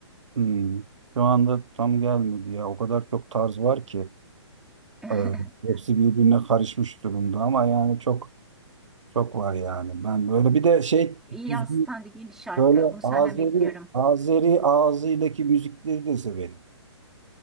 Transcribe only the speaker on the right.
Hmm. Şu anda tam gelmedi ya. O kadar çok tarz var ki.
Ee, hepsi birbirine karışmış durumda ama yani çok çok var yani. Ben böyle bir de şey
düzgün
böyle
Azeri
Azeri ağzıyla müzikleri de severim.